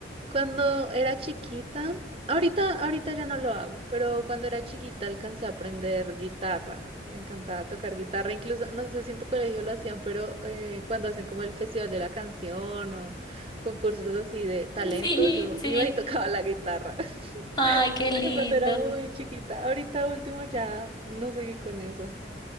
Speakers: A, on the right (about 30°); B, on the left (about 25°).
A: Cuando era chiquita, ahorita, ahorita ya no lo hago, pero cuando era chiquita alcancé a aprender guitarra. Me encantaba tocar guitarra, incluso, no sé si en tu colegio lo hacían, pero eh, cuando hacen como el Festival de la Canción o concursos así de talentos,
B: Sí,
A: yo
B: sí.
A: iba y <laughs> tocaba la guitarra, <laughs>
B: Ay, qué
A: pero
B: lindo.
A: cuando era muy chiquita, ahorita último ya no seguí con eso.